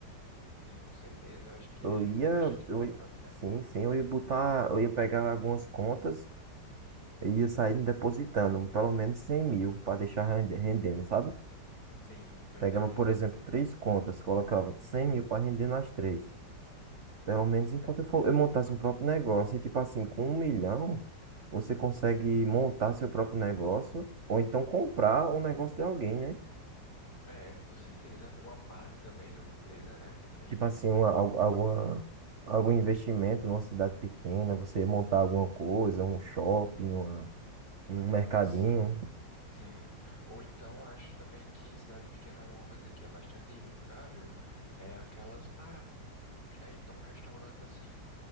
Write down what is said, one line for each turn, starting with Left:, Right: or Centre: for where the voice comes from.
Left: Sim, com certeza. Eu acho que
Right: Eu
Left: é
Right: ia,
Left: bastante importante,
Right: eu, ia-
Left: né?
Right: sim, sim, eu ia botar, eu ia pegar algumas contas e ia sair depositando pelo menos 100 mil para deixar rende- rendendo, sabe?
Left: Sim, tô
Right: Pegava,
Left: entendendo.
Right: por exemplo, três contas, colocava 100 mil para render nas três. Pelo menos enquanto
Left: É,
Right: eu, for, eu montasse um próprio negócio. E tipo assim, com um milhão, você consegue montar seu próprio negócio ou então comprar um negócio de alguém, né?
Left: É, com certeza. Uma parte também de uma empresa, né? Também.
Right: Tipo assim, uma, al- alguma, algum investimento numa cidade pequena, você montar alguma coisa, um shopping, uma, um mercadinho.
Left: Sim. Sim. Ou então acho também que em cidade pequena uma coisa que é bastante rentável é aquelas paradas de ônibus, né? Então um restaurante assim,